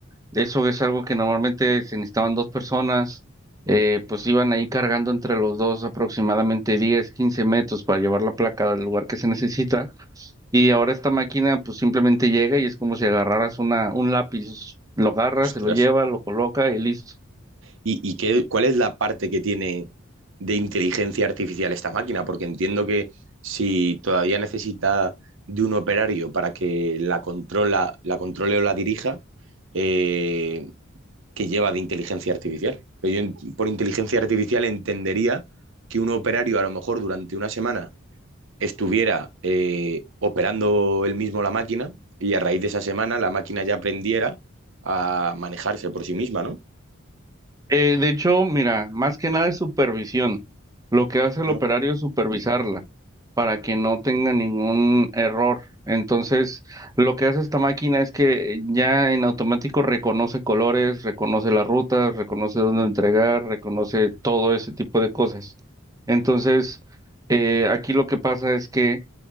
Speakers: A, on the right; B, on the right.
A: Eso es algo que normalmente se necesitaban dos personas, eh, pues iban ahí cargando entre los dos aproximadamente 10, 15 metros para llevar la placa del lugar que se necesita Y ahora esta máquina pues simplemente llega y es como si agarraras una, un lápiz, lo agarra,
B: Ostras.
A: se lo lleva, lo coloca y listo.
B: ¿Y, y qué, cuál es la parte que tiene de inteligencia artificial esta máquina? Porque entiendo que si todavía necesita de un operario para que la controla, la controle o la dirija, eh, que lleva de inteligencia artificial. Pero yo por inteligencia artificial entendería que un operario a lo mejor durante una semana estuviera eh, operando él mismo la máquina y a raíz de esa semana la máquina ya aprendiera a manejarse por sí misma, ¿no?
A: Eh, de hecho, mira, más que nada es supervisión. Lo que hace el
B: No,
A: operario
B: no.
A: es supervisarla para que no tenga ningún error. Entonces, lo que hace esta máquina es que eh, ya en automático reconoce colores, reconoce las rutas, reconoce dónde entregar, reconoce todo ese tipo de cosas. Entonces, eh, aquí lo que pasa es que